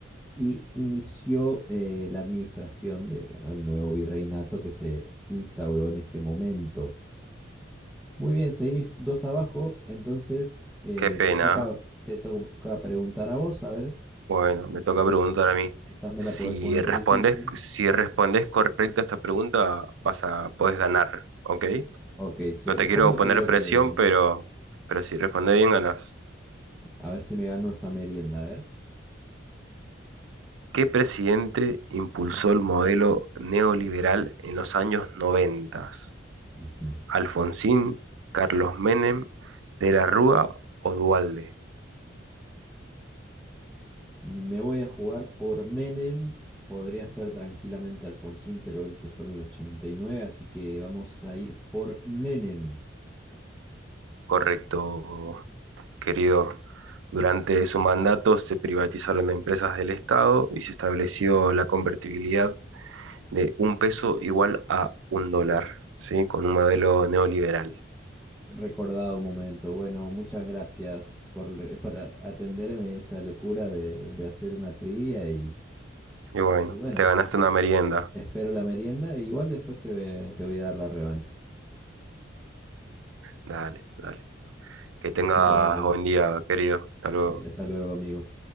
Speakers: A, in the centre; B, on the right.
A: y inició eh, la administración de, bueno, el nuevo virreinato que se instauró en ese momento. Muy bien, seguís dos abajo, entonces eh,
B: qué pena.
A: te toca,
B: ¿eh?
A: te toca preguntar a vos, a ver,
B: Bueno, me toca preguntar a mí.
A: quizás me
B: Si
A: la podés poner
B: respondes,
A: difícil.
B: si respondes correcta esta pregunta, vas a, podés ganar, ¿ok?
A: Ok, si
B: No
A: respondo
B: te quiero poner
A: creo
B: presión,
A: que,
B: pero, pero si respondes bien, ganás.
A: a ver si me gano esa merienda, a ver.
B: ¿Qué presidente impulsó el modelo neoliberal en los años 90?
A: Ujú.
B: ¿Alfonsín, Carlos Menem, De la Rúa o Duhalde?
A: Me voy a jugar por Menem, podría ser tranquilamente Alfonsín, pero él se fue en el 89 así que vamos a ir por Menem.
B: Correcto. querido. Durante su mandato se privatizaron empresas del Estado y se estableció la convertibilidad de un peso igual a un dólar, ¿sí? Con un modelo neoliberal.
A: Recordado momento. Bueno, muchas gracias por, re- por a- atenderme esta locura de, de hacer una trivia y,
B: Y bueno,
A: y bueno,
B: te ganaste una merienda.
A: espero la merienda. Igual después te, ve- te voy a dar la revancha.
B: Dale, dale. Que tengas
A: Hasta luego.
B: buen día, querido. Hasta luego.
A: Sí, hasta luego, amigo.